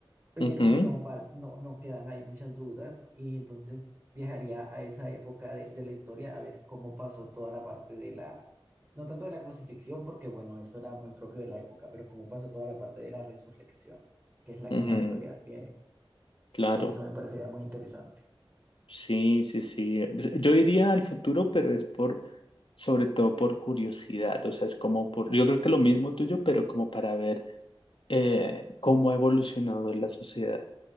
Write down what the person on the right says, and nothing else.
pero
no, fal- no, no quedan ahí muchas dudas y entonces viajaría a esa época de, de la historia a ver cómo pasó toda la parte de la, no tanto de la crucifixión, porque bueno, eso era muy propio de la época, pero cómo pasó toda la parte de la resurrección, que es la
que más teorías tiene.
Eso me parecería muy interesante.